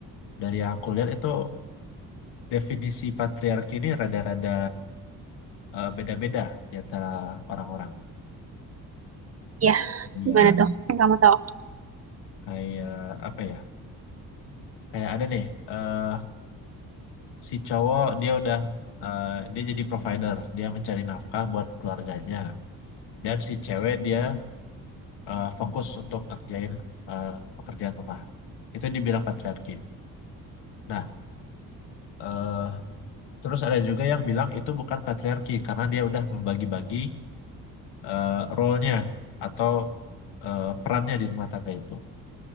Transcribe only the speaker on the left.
dari yang aku lihat itu definisi patriarki ini rada-rada eh, beda-beda di antara orang-orang.
Ya
kayak apa ya? Kayak ada nih, eh si cowok dia udah eh, dia jadi provider, dia mencari nafkah buat keluarganya. Dan si cewek dia eh, fokus untuk ngerjain eh, pekerjaan rumah. Itu dibilang patriarki. Nah, eh terus ada juga yang bilang itu bukan patriarki karena dia udah membagi-bagi eh role-nya atau eh, perannya di rumah tangga itu.